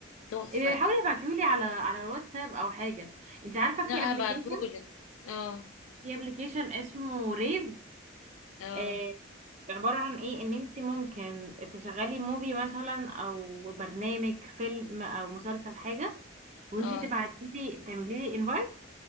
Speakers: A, on the left (about 80°); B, on the right (about 35°).
A: تحفة
B: إيه، حاولي ابعتيهولي على على الواتساب او حاجه انت عارفه
A: لا
B: في
A: ابعتهولك
B: ابلكيشن
A: اه
B: في ابلكيشن اسمه ريف
A: اه
B: آه عباره عن ايه ان انت ممكن تشغلي موفي مثلا او برنامج فيلم او مسلسل حاجه وانت
A: اه
B: تبعتيلي تعملي لي انفايت